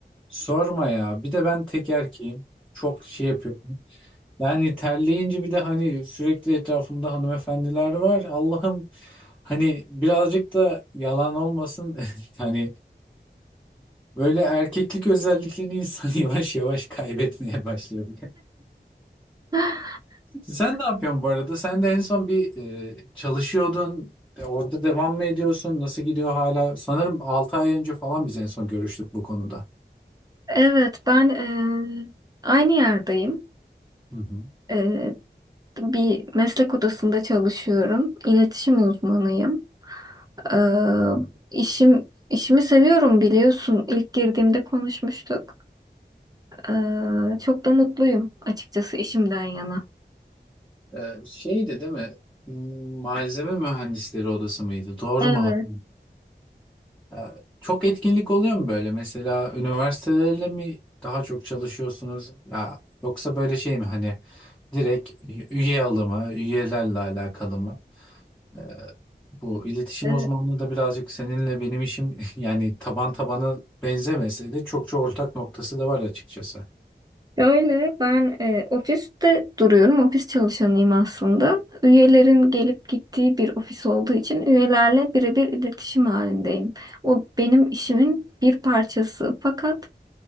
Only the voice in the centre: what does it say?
Sorma ya bir de ben tek erkeğim çok şey yapıyorum. Yani terleyince bir de hani sürekli etrafımda hanımefendiler var. Allah'ım hani birazcık da yalan olmasın. <laughs> Hani böyle erkeklik özelliklerini insan <laughs> yavaş yavaş kaybetmeye başlıyor bile.
Sen ne yapıyorsun bu arada? Sen de en son bir e, çalışıyordun. E, Orada devam mı ediyorsun? Nasıl gidiyor hala? Sanırım 6 ay önce falan biz en son görüştük bu konuda.
Hı hı.
Ee, şeydi değil mi? Malzeme mühendisleri odası mıydı? Doğru
mu? hatırlıyorum? Ya, Çok etkinlik oluyor mu böyle? Mesela üniversitelerle mi daha çok çalışıyorsunuz? Ya yoksa böyle şey mi hani direkt üye alımı, üyelerle alakalı mı? Ee, bu iletişim
uzmanlığı da birazcık seninle benim işim <laughs> yani taban tabana benzemese de çok çok ortak noktası da var açıkçası.